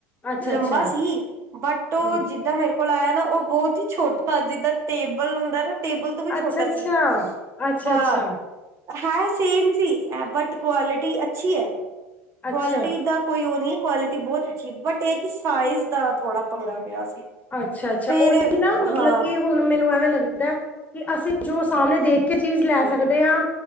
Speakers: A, on the left; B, on the right.
A: ਅੱਛਾ
B: ਲੰਬਾ
A: ਅੱਛਾ
B: ਸੀ, ਬਟ ਉਹ
A: ਹਮ
B: ਜਿੱਦਾਂ ਮੇਰੇ ਕੋ ਕੋਲ ਆਇਆ ਨਾ ਉਹ ਬਹੁਤ ਹੀ ਛੋਟਾ, ਜਿੱਦਾਂ ਟੇਬਲ ਹੁੰਦਾ ਨਾ। ਟੇਬਲ ਤੋਂ ਵੀ ਛੋਟਾ
A: ਅੱਛਾ ਅੱਛਾ
B: ਸੀ,
A: ਅੱਛਾ
B: ਹਾਂ
A: ਅੱਛਾ
B: ਹੈ ਸੇਮ ਸੀ ਐਹ ਬਟ ਕੁਆਲਿਟੀ ਅੱਛੀ ਐ, ਕੁਆਲਿਟੀ
A: ਅੱਛਾ
B: ਦਾ ਕੋਈ ਉਹ ਨਹੀਂ ਏ। ਕੁਆਲਿਟੀ ਬਹੁਤ ਅੱਛੀ, ਬਟ ਇਹ ਕਿ ਸਾਈਜ਼ ਦਾ ਥੋੜਾ ਪੰਗਾ ਪਿਆ ਸੀ।
A: ਅੱਛਾ- ਅੱਛਾ,
B: ਫੇਰ
A: ਉਹੀ ਨਾ ਮਤਲਬ
B: ਹਾਂ
A: ਕਿ ਹੁਣ ਮੈਨੂੰ ਐਵੇਂ ਲੱਗਦਾ ਕਿ ਅਸੀਂ ਜੋ ਸਾਹਮਣੇ ਦੇਖ ਕੇ ਚੀਜ਼ ਲੈ ਸਕਦੇ ਹਾਂ